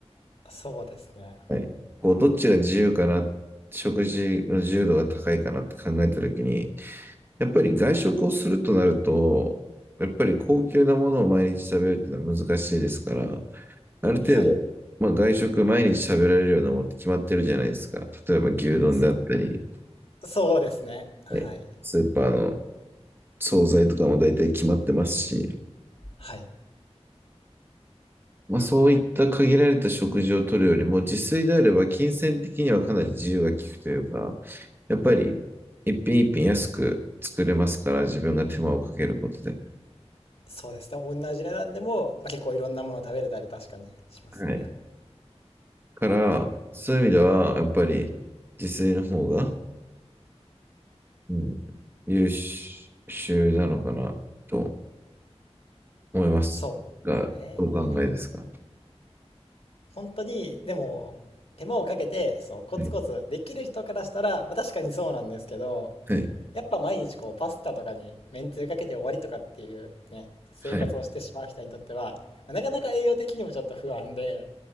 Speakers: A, on the left (about 60°); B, on the right (about 20°).
A: あ、そうですね。
B: はい、こう、どっちが自由かな、食事の自由度が高いかなって考えたときに、やっぱり外食をするとなると、やっぱり高級なものを毎日食べるっていうのは難しいですから、ある程度、
A: はい。
B: まあ、外食毎日食べられるようなものって決まってるじゃないですか。例えば牛丼であったり、
A: そそうですね。はい。
B: はいスーパーの惣菜とかも大体決まってますし、
A: はい。
B: まあ、そういった限られた食事をとるよりも、自炊であれば金銭的にはかなり自由が利くというか、やっぱり一品一品安く作れますから、自分が手間をかけることで。
A: そうですね。同じ値段でも、まあ、結構いろんなもの食べれたり確かにしますよね。
B: はい。から、そういう意味では、やっぱり自炊の方が、うん、優秀なのかなと思いますが、
A: そうです
B: どうお考えですか。
A: ね。本当に、でも、手間をかけて、そう、コツコツできる人からしたら、
B: はい。
A: まあ、確かにそうなんですけど、
B: はい。
A: やっぱ毎日こう、パスタとかにめんつゆかけて終わりとかっていうね、生活をしてしまう人にとっては、
B: はい。
A: まあなかなか栄養的にもちょっと不安で、